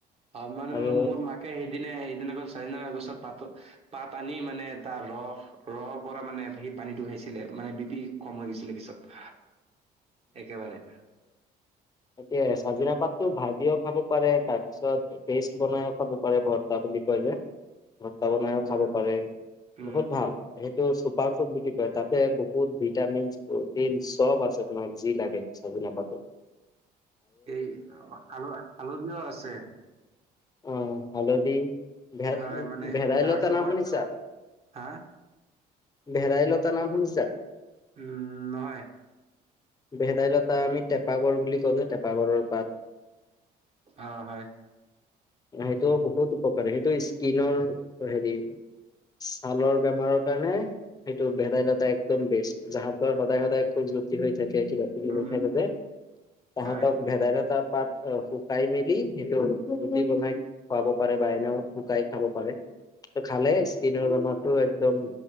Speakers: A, on the right; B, on the left.
A: হয় মানে
B: আৰু
A: মোৰ মাকে সেইদিনা সেইদিনাখন চাৰিনা গছৰ পাতো। বা পানী মানে তাৰ ৰস ৰৰ পৰা মানে সেই পানীতটো খাইছিলে মানে বি পি কম হৈ গৈছিলে পিছত। একেবাৰে।
B: এয়া চাজিনা পাতো ভাজিও খাব পাৰে তাৰ পিছত পেষ্ট বনাইও খাব পাৰে ভৰ্তা বুলি কয়। ভস্তা বনাই
A: উম,
B: খাব পাৰে
A: উম,
B: বহুত ভাল এ ত চুপাৰ ফুড বুলি কয় তাতে বহুত ভিটামিন প্ৰটিন চব আছে তোমাৰ যি লাগে প <unintelligible>
A: এই আল আলধিও আছে
B: উম হালধি ভে
A: হয়, মানে
B: ভেদাই
A: গা
B: লতা
A: চুকোৱাত
B: নাম শুনিছা
A: হা
B: ভেদাই লতা নাম শুনিছা
A: উম নহয়
B: ভেদাইলতা আমি টেপাগৰ বুলি ক'লে টেপাগ়ৰ পাত
A: অ হয়
B: সেইটো বহুত উপকাৰী সেইটো স্কিনৰ হেৰি ছালৰ বেমাৰৰ কাৰণে এইটো ভেদাইলতা একদম বেষ্ট জাহৰ সদায় সদায় খুব জুতি হয় তাকে কিবা কিবি
A: উম,
B: হৈ থাকে যে তাহাতক
A: হয়।
B: ভেদাইলতা তাৰ পাত শুকাই মেলি সেইটো বনাই খুৱাব পাৰে বা এনেও শুকাই খাব পাৰে খালে খালে স্কনিৰ বেমাৰ একদম